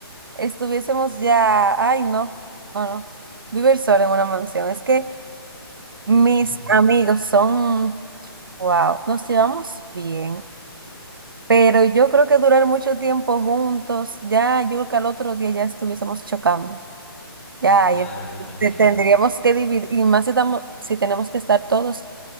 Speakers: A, on the right (about 60°); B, in the centre.
A: estuviésemos ya, ay, no, no, no, vivir solo en una mansión. Es que mis
B: <laughs>
A: amigos son, wow, nos llevamos bien. Pero yo creo que durar mucho tiempo juntos, ya yo creo que al otro día ya estuviésemos chocando. Ya,
B: Claro,
A: ahí es-
B: lo imagino.
A: te- tendríamos que dividir, y más si, estamos, si tenemos que estar todos